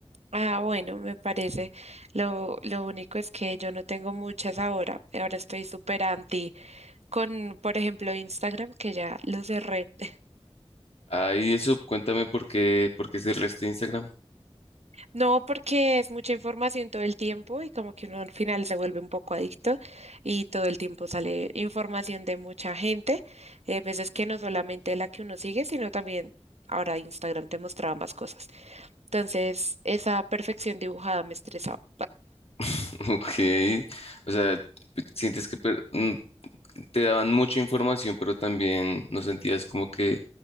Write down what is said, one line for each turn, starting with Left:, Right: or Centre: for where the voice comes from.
Right: Ah, bueno, me parece. Lo, lo único es que yo no tengo muchas ahora. Ahora estoy súper anti con, por ejemplo, Instagram, que ya lo cerré. <laughs>
Left: Ay, eso, cuéntame por qué, por qué cerraste Instagram.
Right: No, porque es mucha información todo el tiempo y como que uno al final se vuelve un poco adicto y todo el tiempo sale información de mucha gente. Y hay veces que no solamente la que uno sigue, sino también ahora Instagram te mostraba más cosas. Entonces, esa perfección dibujada me estresaba.
Left: <laughs> Ok, o sea, ¿sientes que per- mm, te daban mucha información, pero también no sentías como que